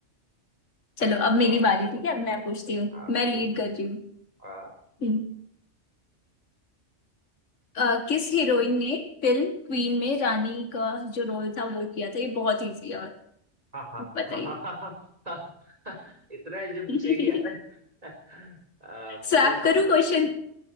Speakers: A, on the left; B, on the right.
A: चलो
B: ओए
A: अब मेरी
B: तू आगे
A: बारी
B: पहुंच
A: ठीक है अब मैं पूछती हूँ
B: आप
A: मैं लीड
B: पूछ पूछ
A: कर रही हूँ
B: हाँ
A: हम्म। अ, किस हीरोइन ने फिल्म क्वीन में रानी का जो रोल था वो किया था ये बहुत इजी है और
B: हाँ हाँ
A: बताइए
B: हाँ हाँ हाँ, हाँ, हाँ, इतना इजी पूछेगी
A: <laughs>
B: यार <laughs> आपको
A: स्वैप करूँ क्वेश्चन